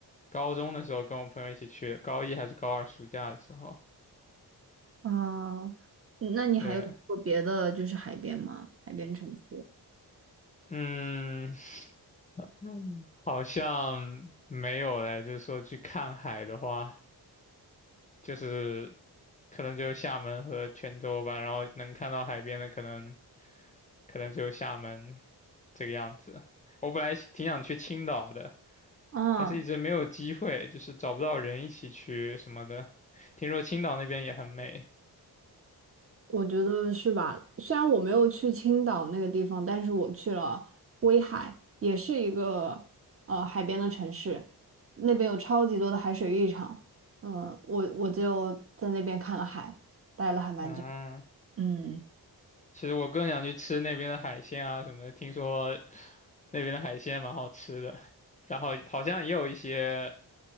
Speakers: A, on the left; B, on the right.
A: 高中的时候跟我朋友一起去，高一还是高二暑假的时候。
B: 哦，那你还有去过别的就是海边吗？
A: 对，
B: 海边城市？
A: 嗯，嗯，好像没有嘞。就是说去看海的话，就是可能就厦门和泉州吧，然后能看到海边的可能可能就厦门这个样子。我本来挺想去青岛的，
B: 啊，
A: 但是一直没有机会，就是找不到人一起去什么的。听说青岛那边也很美，
B: 我觉得是吧？虽然我没有去青岛那个地方，但是我去了威海，也是一个呃海边的城市，那边有超级多的海水浴场。嗯，我我就在那边看了海，待了还蛮久。
A: 嗯，
B: 嗯，
A: 其实我更想去吃那边的海鲜啊什么的，听说那边的海鲜蛮好吃的，然后好像也有一些，